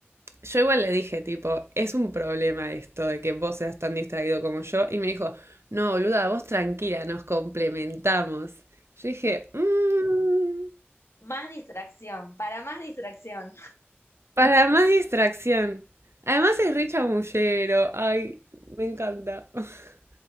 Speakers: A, on the right (about 80°); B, on the left (about 80°).
A: Yo igual le dije, tipo, es un problema esto de que vos seas tan distraído como yo. Y me dijo, no, boluda, vos tranquila, nos complementamos. Yo dije, "Mm,
B: Más distracción, para más distracción.
A: para más distracción. Además es re chamullero. Ay, me encanta. <laughs>